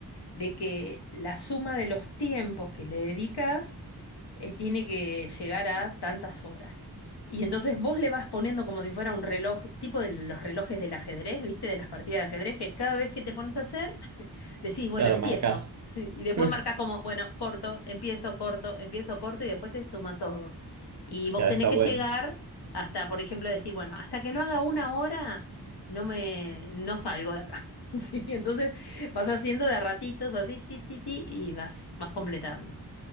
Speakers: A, on the left; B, on the right.
A: de que la suma de los tiempos que le dedicas eh, tiene que llegar a tantas horas. Y entonces vos le vas poniendo como si fuera un reloj, tipo de los relojes del ajedrez, ¿viste? De las partidas de ajedrez, que cada vez que te pones a hacer, decís, bueno,
B: Claro,
A: empiezo.
B: marcás.
A: <laughs> Y después
B: <laughs>
A: marcas como, bueno, corto, empiezo, corto, empiezo, corto, y después te suman todo. Y vos
B: Ya
A: tenés
B: está
A: que
B: bueno.
A: llegar hasta, por ejemplo, decir, bueno, hasta que no haga una hora, no me, no salgo de acá. <laughs> Sí, entonces vas haciendo de a ratitos así, ti, ti, ti, y vas, vas completando.